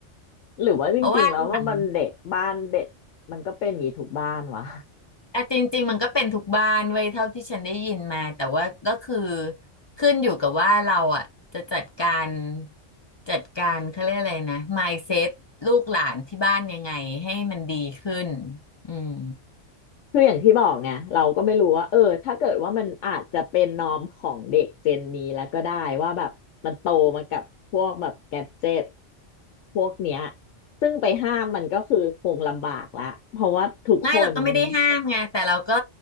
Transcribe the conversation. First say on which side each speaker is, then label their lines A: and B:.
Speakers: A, on the left; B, on the left.
A: หรือว่าจริงๆแล้วว่ามันเด็กบ้านเด็กมันก็เป็นอย่างนี้ทุกบ้านวะ
B: เพราะว่าอย่างอ่ะจริงๆมันก็เป็นทุกบ้านไว้ยเท่าที่ฉันได้ยินมาแต่ว่าก็คือขึ้นอยู่กับว่าเราอ่ะจะจัดการจัดการเขาเรียกอะไรนะ mindset ลูกหลานที่บ้านยังไงให้มันดีขึ้นอืม
A: คืออย่างที่บอกไงเราก็ไม่รู้ว่าเออถ้าเกิดว่ามันอาจจะเป็นนอมของเด็กเจนนี้แล้วก็ได้ว่าแบบมันโตมากับพวกแบบแกดเจ็ตพวกเนี้ยซึ่งไปห้ามมันก็คือคงลำบากละเพราะว่าทุกคนมัน
B: ง่ายเราก็ไม่ได้ห้ามไงแต่เราก็